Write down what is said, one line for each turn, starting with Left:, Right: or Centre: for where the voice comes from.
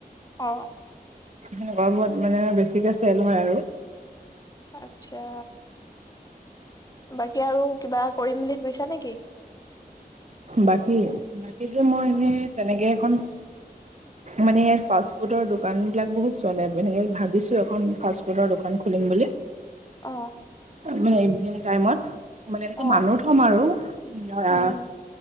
Left: অ।
Right: সেনেকুৱাবোৰত মানে বেছিকে চেল হয় আৰু।
Left: আটছা, বাকী আৰু কিবা কৰিম বুলি ভাবিছা নে? কি
Right: বাকী, বাকীটো মই এনে তেনেকে এখন মানে ইয়াত ফাষ্ট ফুডৰ দোকান বিলাক বহুত চলে। হেই ভাবিছো এখন ফাষ্ট ফুডৰ দোকান খুলিম বুলি।
Left: অ।
Right: মানে ইভিনিং টাইমত। মানে এনেকে
Left: অ
Right: মানুহ থ'ম আৰু ধৰা।
Left: উম উম